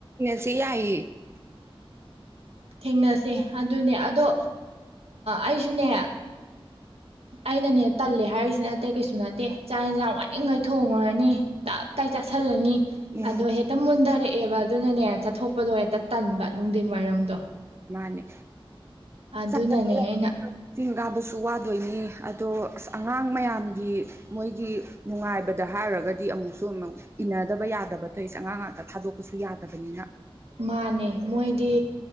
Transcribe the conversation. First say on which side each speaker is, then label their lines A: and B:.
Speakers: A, on the right; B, on the right.
A: ꯁꯤ ꯍꯥꯏꯏ
B: ꯊꯦꯡꯅꯁꯦ ꯑꯗꯨꯅꯦ ꯑꯗꯣ ꯑꯩꯁꯨꯅꯦ ꯑꯩꯅꯅꯦ ꯇꯜꯂꯦ ꯍꯥꯏꯔꯤꯁꯤ ꯅꯠꯇꯦ ꯀꯩꯁꯨ ꯅꯠꯇꯦ ꯆꯥꯛ ꯌꯦꯟꯁꯥꯡ ꯋꯥꯅꯤꯡꯉꯩ ꯊꯣꯡꯉꯨꯔꯅꯤ ꯇꯞꯇꯥꯏ ꯆꯥꯥꯁꯜꯂꯅꯤ
A: ꯎꯝ
B: ꯑꯗꯣ ꯍꯦꯛꯇ ꯃꯨꯟꯊꯔꯛꯑꯦ ꯑꯦ ꯋꯥꯗꯨ ꯅꯅꯦ ꯆꯠꯊꯣꯛꯄꯗꯣ ꯍꯦꯛꯇ ꯇꯟꯕ ꯅꯨꯡꯊꯤꯟ ꯋꯥꯏꯔꯝꯗꯣ
A: ꯃꯥꯅꯦ
B: ꯑꯗꯨꯅꯅꯦ
A: ꯆꯥꯎꯈꯠꯂꯛ
B: ꯑꯩꯅ
A: ꯆꯤꯡ ꯀꯥꯕꯁꯨ ꯋꯥꯗꯣꯏꯅꯤ ꯑꯗꯣ ꯑꯁ ꯑꯉꯥꯡ ꯃꯌꯥꯝꯒꯤ ꯃꯣꯏꯒꯤ ꯅꯨꯡꯉꯥꯏꯕꯗ ꯍꯥꯏꯔꯒꯗꯤ ꯑꯃꯨꯛꯁꯨ ꯑꯃꯨꯛ ꯏꯟꯅꯗꯕ ꯌꯥꯗꯕ ꯇꯧꯔꯤꯁꯦ ꯑꯉꯥꯡ ꯉꯥꯛꯇ ꯊꯥꯗꯣꯛꯄꯁꯨ ꯌꯥꯗꯕꯅꯤꯅ
B: ꯃꯥꯅꯦ ꯃꯣꯏꯗꯤ